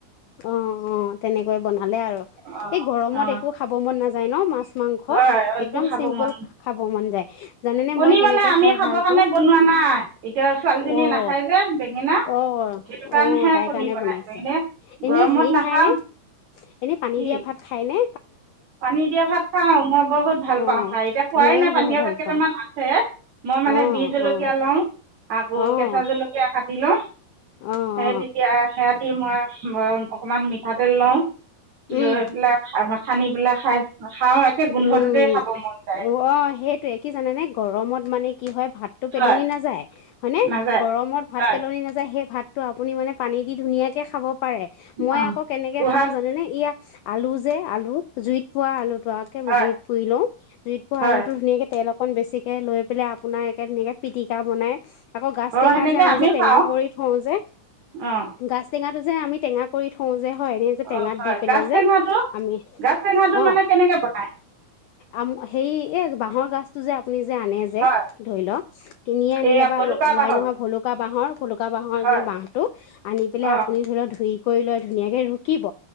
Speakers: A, on the left (about 80°); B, on the right (about 50°).
A: অ', অ', তেনেকৈ বনালে আৰু
B: অ
A: এই গৰমত
B: অ
A: একো খাব মন নাযায় ন মাছ মাংস
B: হয় একো
A: একদম
B: খাব
A: চিম্পুল
B: মন
A: খাব মন যায় জানেনে
B: কণী
A: মই
B: মানে
A: কেনেকে
B: আমি
A: খাই
B: খাবৰ
A: ভাল
B: কাৰণে
A: পাওঁ? <inaudible>
B: বনোৱা নাই এতিয়া ছোৱালীজনীয়ে
A: অ'
B: নাখায় যে বেঙেনা
A: অহ
B: সেইটো কাৰণেহে
A: অহ তাইৰ
B: কণী
A: কাৰণে
B: বনাইছো
A: বনাইছে,
B: এনে
A: এনে
B: গৰমত
A: হেৰি
B: নাখাও
A: খাই নে, এনেই পানী
B: কি
A: দিয়া ভাত খাই নে?
B: পানী দিয়া ভাত খাওঁ মই বহুত ভাল
A: অ',
B: পাওঁ খাই এতিয়া খোৱাই
A: মইও
B: নাই পানী
A: বহুত
B: দিয়া
A: ভাল
B: ভাত কেইটামান
A: পাওঁ।
B: আছে মই
A: অ',
B: মানে বিজ জলকীয়া
A: অ',
B: লওঁ। আকৌ
A: অ',
B: কেঁচা জলকীয়া কাটি লওঁ,
A: অ', অ',
B: সেই তেতিয়া সে মই অকণমান মিঠাতেল লওঁ,
A: উম,
B: লৈ পেলাই খান্দি পেলাই খাই খাওঁ একে গোন্ধটোতেই
A: উম
B: খাব মন যায়
A: অ' সেইটোয়ে কি জানে নে গৰমত মানে কি হয় ভাতটো পেলনি
B: হয়
A: নাযায় হয়নে,
B: নাযায়
A: গৰমত ভাত
B: হয়
A: পেলনি নাযায় সেই ভাতটো আপুনি মানে পানী দি ধুনীয়াকে খাব পাৰে, মই
B: অঁ
A: আকৌ কেনেকে
B: উহা
A: খাও জান নে ইয়াক আলু যে আলু জুইত পোৱা আলুটো আৰু
B: হয়
A: জুইত পুৰি লওঁ জুইত পু
B: হয়
A: আলুটো ধুনীয়াকে তেল অকন বেছিকে লৈ পেলাই আপোনাৰ একে ধুনিয়াকে পিটিকা বনাই আকৌ গাজ
B: অঁ
A: টেঙা
B: সেনেকৈ
A: যে আমি
B: আমিও
A: যে টেঙা
B: খাওঁ
A: কৰি থওঁ যে
B: অঁ
A: গাছ টেঙা যে আমি টেঙা কৰি থওঁ যে হয় এনে যে টেঙাত
B: অঁ হয়
A: দি পেলে
B: গাজ
A: যে
B: টেঙাটো
A: আমি
B: গাজ টেঙাটো
A: অ',
B: মানে কেনেকৈ বনায়
A: আম হেৰি এ বাঁহৰ গাছটো যে আপুনি যে আনে যে
B: হয়
A: ধৰি লওক কিনিয়ে আনিলে
B: এইয়া
A: বা
B: বলুকা
A: ওলাই
B: বাহৰ
A: নহয় ভুলুকা বাঁহৰ, ভলুকা বাঁহৰ
B: হয়
A: যে বাঁহটো আনি পেলাই
B: অঁ
A: আপুনি ধৰি লওক ধুই কৰি লৈ ধুনীয়াকে ৰুকিব